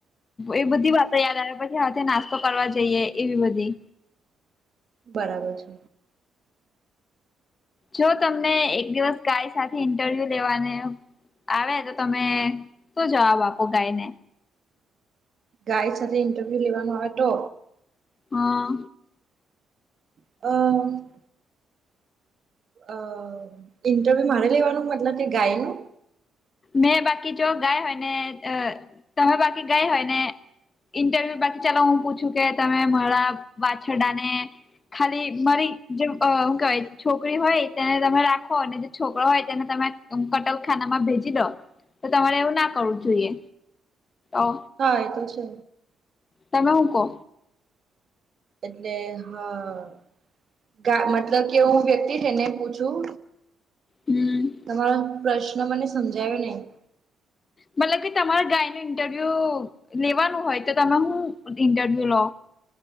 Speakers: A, on the left; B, on the right.
A: એ બધી વાતો યાદ આવે, પછી હાથે નાસ્તો કરવા જઈએ એવી બધી.
B: બરાબર છે.
A: જો તમને એક દિવસ ગાય સાથે ઇન્ટરવ્યુ દેવાને આવે, તો તમે શું જવાબ આપો ગાય ને?
B: ગાય સાથે ઇન્ટરવ્યૂ લેવાનું આવે તો
A: હા.
B: અહ અહ ઇન્ટરવ્યુ મારે લેવાનું મતલબ કે ગાય નું?
A: મેં બાકી જો ગાય હોય ને, અહ તમે બાકી ગાય હોય ને ઇન્ટરવ્યુ બાકી ચાલો હું પૂછું કે તમે મારા વાછરડાને ખાલી મારી જેમ અહ હું કહેવાય છોકરી હોય તેને તમે રાખો અને જે છોકરો હોય તેને તમે આમ કટલખાનામાં ભેજી દો, તો તમારે એવું ના કરવું જોઈએ. ઓ,
B: હા એ તો છે
A: તમે હું કહો?
B: એટલે હા. કા મતલબ કે એવું વ્યક્તિ જેને પૂછું
A: હમ
B: તમારો પ્રશ્ન મને સમજાયો નહીં.
A: મતલબ કે તમારા ગાય નું ઇન્ટરવ્યુ લેવાનું હોય તો તમે હું ઇન્ટરવ્યુ લો?